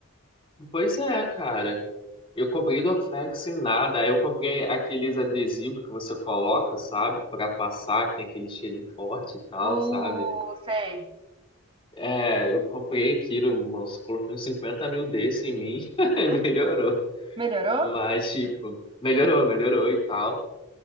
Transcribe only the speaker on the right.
Uh,
sei.
Hum,
Melhorou?